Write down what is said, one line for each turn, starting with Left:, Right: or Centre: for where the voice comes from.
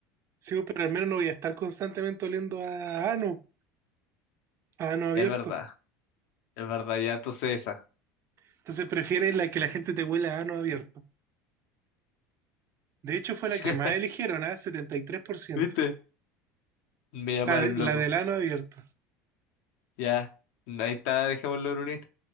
Right: Sí, pues, pero al menos no voy a estar constantemente oliendo a ano, a ano abierto.
Left: Es verdad, es verdad, ya entonces esa.
Right: Entonces prefieren la que la gente te huela a ano abierto. De hecho, fue
Left: <laughs>
Right: la que más eligieron, ¿ah? Setenta y tres por ciento,
Left: ¿Viste? Me llamaron
Right: La, de- la
Left: loco.
Right: del ano abierto.
Left: Ya, ahí está, dejémoslo, Brunito.